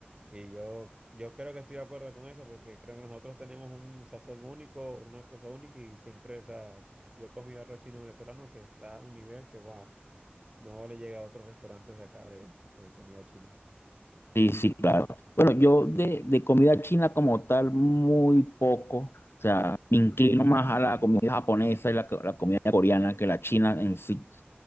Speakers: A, on the right; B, on the left.
A: Y yo, yo creo que estoy de acuerdo con eso, porque creo que nosotros tenemos un sazón único, una cosa única, y siempre, o sea, yo he comido arroz chino venezolano que está a un nivel que, wow, no le llega a otros restaurantes de acá de, de comida china.
B: Sí, sí, claro. Bueno, yo de, de comida china como tal, muy poco. O sea, me inclino más a la comida japonesa y la, co- la comida coreana que la china en sí.